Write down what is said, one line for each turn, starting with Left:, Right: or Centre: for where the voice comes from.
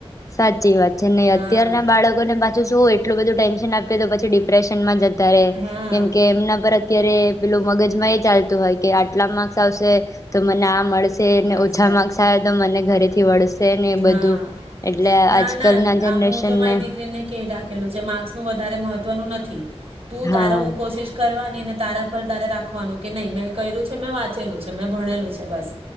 Left: સાચી વાત છે. નહી
Right: હા
Left: અત્યારના બાળકોને પાછું શું એટલું બધું ટેન્શન આપીએ તો પછી ડિપ્રેશનમાં જ તા રહે
Right: હા
Left: કેમ કે એમના પર અત્યારે પેલુ મગજમાં એ ચાલ તું હોય કે આટલા માર્ક્સ આવશે તો મને આ મળ શે
Right: મળશે
Left: ને ઓછા માર્સ આવે તો મને ઘરેથી તેવાળશ. છે ને એ બધું
Right: હા ના
Left: આજકાલના
Right: ના
Left: જનરેશનને
Right: આ હું તો મારી દીકરીને કહી રાખેલું છે માર્ક્સનું વધારે મહત્વનું ન થી. તું
Left: હા
Right: તાર ઉ કોશિશ કરવાની ને. તારા પર તારે રાખવાનું કે નહી મેં કર્યું છે, મેં વાંચેલું છે મેં ભણેલું છે બસ.